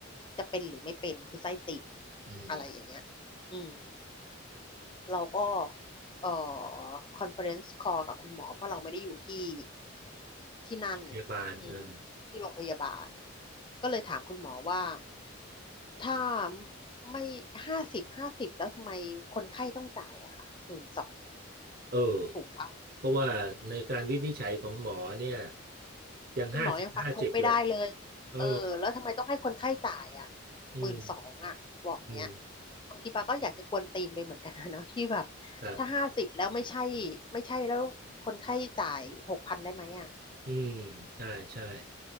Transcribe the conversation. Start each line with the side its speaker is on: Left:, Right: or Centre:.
Left: จะเป็นหรือไม่เป็นคือไส้ติ่ง
Right: อืม
Left: อะไรอย่างเงี้ยอืม เราก็เอ่อคอนเฟอเรนซ์คอลกับคุณหมอเพราะเราไม่ได้อยู่ที่ที่นั่น
Right: โรงพยาบาลเออ
Left: อืมที่โรงพยาบาลก็เลยถามคุณหมอว่า ถ้าไม่ห้าสิบห้าสิบแล้วทำไมคนไข้ต้องจ่ายอะค่ะหมื่นสอง
Right: เออ
Left: ถูกปะ
Right: เพราะว่าในการวินิจฉัยของหมอเนี่ยยังห้าสิบห้าสิบเลย
Left: คุณหมอยังฟันธงไม่ได้เลยเออแล้วทำไมต้องให้คนไข้จ่ายอ่ะ
Right: เอออืม
Left: หมื่นสองอ่ะบอกเนี้ย
Right: อืม
Left: บางทีปาก็อยากจะกวนตีนไปเหมือนกันนะ <laughs> เนาะที่แบบ
Right: ครับ
Left: ถ้าห้าสิบแล้วไม่ใช่ไม่ใช่แล้วคนไข้จ่ายหกพันได้ไหมอ่ะ
Right: อืมใช่ใช่